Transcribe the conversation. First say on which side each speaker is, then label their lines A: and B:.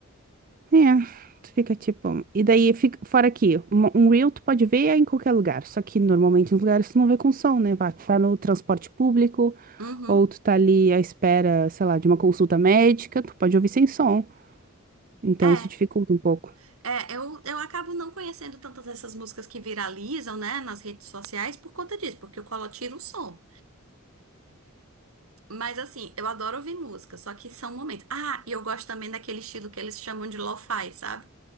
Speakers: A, on the right; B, on the right.
A: É, tu fica tipo. E daí, fica, fora aqui, um um reel tu pode ver em qualquer lugar, só que normalmente nos lugares tu não vê com som, né? Vá, tu tá no transporte público,
B: Uhum.
A: ou tu tá ali à espera, sei lá, de uma consulta médica, tu pode ouvir sem som. Então
B: É.
A: isso dificulta um pouco.
B: É, eu, eu acabo não conhecendo tantas dessas músicas que viralizam, né, nas redes sociais por conta disso, porque eu colo tiro o som. Mas assim, eu adoro ouvir música, só que são momentos. Ah, e eu gosto também daquele estilo que eles chamam de lo-fi, sabe?